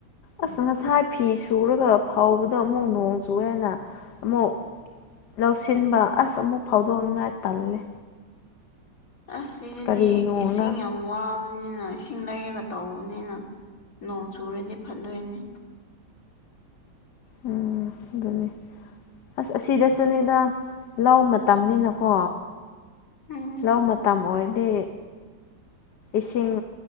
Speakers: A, on the left; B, on the left.
A: ꯑꯁ ꯉꯁꯥꯏ ꯐꯤ ꯁꯨꯔꯒ ꯐꯥꯎꯕꯗ ꯑꯃꯨꯛ ꯅꯣꯡ ꯆꯨꯑꯦꯅ ꯑꯃꯨꯛ ꯂꯧꯁꯤꯟꯕ ꯑꯁ ꯑꯃꯨꯛ ꯐꯥꯎꯗꯣꯛꯅꯤꯡꯉꯥꯏ ꯇꯜꯂꯦ
B: ꯑꯁ ꯁꯤꯗꯗꯤ
A: ꯀꯔꯤ ꯅꯣꯡꯅ
B: ꯏꯁꯤꯡ ꯌꯥꯝ ꯋꯥꯕꯅꯤꯅ ꯏꯁꯤꯡ ꯂꯩꯔꯒ ꯇꯧꯕꯅꯤꯅ ꯅꯣꯡ ꯆꯨ ꯔꯤꯗꯤꯞ ꯐꯟꯗꯣꯏꯅꯤ
A: ꯎꯝ ꯑꯗꯨꯅꯦ ꯑꯁ ꯑꯁꯤꯗꯁꯨꯅꯦꯗ ꯂ ꯃꯇꯝꯅꯤꯅꯀꯣ
B: ꯎꯝ
A: ꯂꯧ ꯃꯇꯝ ꯑꯣꯏꯔꯗꯤ ꯏꯁꯤꯡ